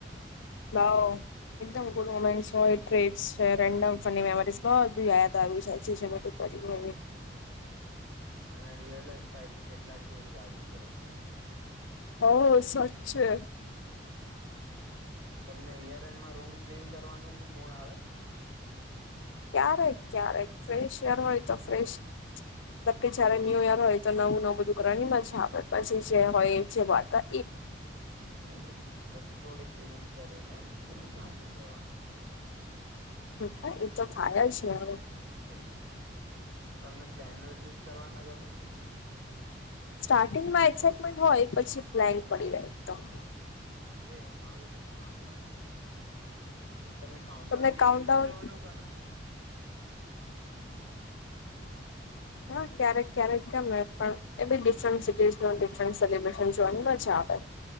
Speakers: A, on the left; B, on the right.
A: <unintelligible> એકદમ ગુડ મોમેન્ટ હોય ટ્રેડસ છે રેન્ડમ ફની મેમરી બધું યાદ આવી છે <unintelligible> છે બધું <unintelligible>
B: હમ અને રિલાઇઝ થાય કે કેટલા ચેન્જ આવી ગયા છે
A: હ સાચે
B: હમ તમને યરએન્ડમાં રૂમ ક્લીન કરવાનું મૂળ આવે?
A: ક્યારેક ક્યારેક ફ્રેશ યર હોય તો ફ્રેશ મતલબ કે જયારે ન્યૂ યર હોય તો નવું નવું બધું કરવાની મજા આવે પછી જે હોય એ જે વાતા
B: હમ્મ. પછી થોડીક ક્લિનિક કરીને થાકી જવાનું.
A: હા એ તો થાય જ ને હવે.
B: હમ્મ તમને પ્લેનસ યુઝ કરવાના ગમે?
A: સ્ટાર્ટિંગમાં એક્સાઈટમેન્ટ હોય પછી પ્લેન્ક પડી. <unintelligible>
B: સેમ આવું જ છે મારું બી તમે કાઉન્ટડાઉન
A: તમને
B: ટીવી
A: કાઉન્ટડાઉન
B: પર જોવાનું ગમે?
A: હા ક્યારેક ક્યારેક ગમે પણ એ બી ડિફરન્ટ સિટીઝ ન ડિફરન્ટ સેલિબ્રેશન જોવાની મજા આવે.